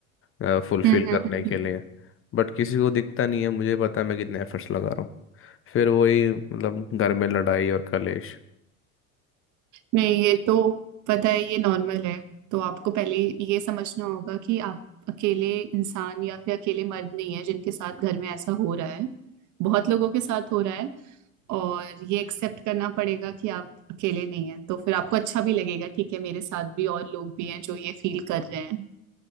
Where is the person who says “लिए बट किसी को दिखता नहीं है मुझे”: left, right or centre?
Left